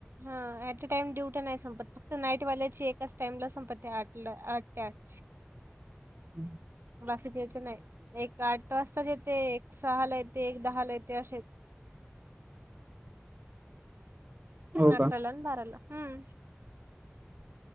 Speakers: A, on the right; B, on the right.
A: हा अ ऑटे टाइम ड्युटया नाही संपत फक्त नाईटवाल्याची एकाच संपत्ती आठ ला आठ ते आठ.
B: हम <unintelligible>
A: बाकीच्याची नाही एक आठ वाजताच येते एक सहाला येते एक दहाला येते असे
B: हो
A: अकरालान,
B: का
A: बाराला हम्म.